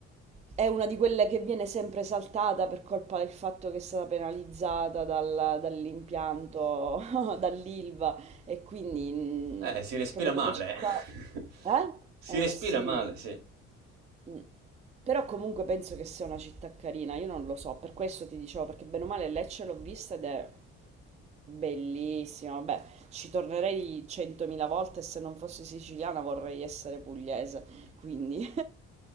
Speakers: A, on the right; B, on the right.
A: è una di quelle che viene sempre saltata per colpa del fatto che è stata penalizzata dal- dall'impianto, <laughs> dall'Ilva e quindi
B: Eh,
A: mm,
B: si respira
A: proprio
B: male.
A: come città...
B: <laughs>
A: Eh?
B: Si respira
A: Eh sì.
B: male, sì.
A: Mm. Però comunque penso che sia una città carina, io non lo so, per questo ti dicevo, perché bene o male Lecce l'ho vista ed è bellissima, vabbè, ci tornerei centomila volte e se non fossi siciliana vorrei essere pugliese, quindi...